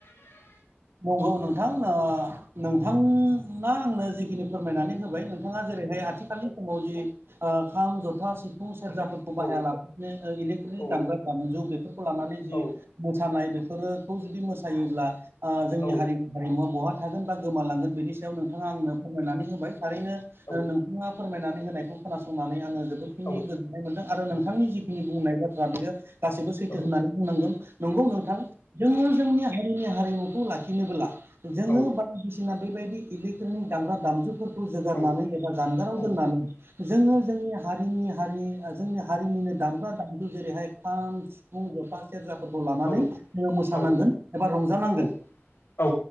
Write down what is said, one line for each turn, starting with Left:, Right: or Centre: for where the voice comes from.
Right: नंगौ नोंथां ओ नोंथांङा आंनो जिखिनि फोरमायनानै होबाय नों बिथाङा जेरैहाय आथिखालनि समाव जि ओ खाम, जथा, सिफ खौ सेरजाफोरखौ बाहायालाफासिनो
Left: औ
Right: ओ इलेक्ट्रनिक
Left: औ
Right: दामग्रा दामजु बेफोर खौ लानानै जि
Left: औ
Right: मोसानाय बेफोरोखौ जुदि मोसायोब्ला ओ जोंनि
Left: औ
Right: हारि हारिमुवा बहा थागोन बा गोमालांगोन बेनि नोंथाङा आंनो फोरमायनानै होबाय थारैनो
Left: औ
Right: ओ नोंथाङा फोरमायनानै होनायखौ खोनासंनानै आङो जोबोदखिनि
Left: औ
Right: गोजोननाय मोनदों आरो नोंथांनि जिखिनि बुंनाय बाथ्रा बेयो गासैबो सैथो
Left: औ
Right: होननानै बुंनांगोन नंगौ नोंथां जोङो जोंनि हारिनि हारिमु खौ लाखिनोब्ला जोङो
Left: औ
Right: बायदिसिना बेबायदि इलेक्ट्रनिकनि दामग्रा दामजुफोर खौ जोगारनानै
Left: औ
Right: एबा जानगाराव
Left: औ
Right: दोननानै जोङो
Left: औ
Right: जोंनि हारिनि हारि। ओ जोंनि हारिनिनो दामग्रा दामजु जेरैहाय खाम, सिफुं, जथा सेरजाफोरखौ लानानै
Left: औ
Right: जोङो मोसानांगोन
Left: औ
Right: एबा रंजानांगोन।
Left: औ औ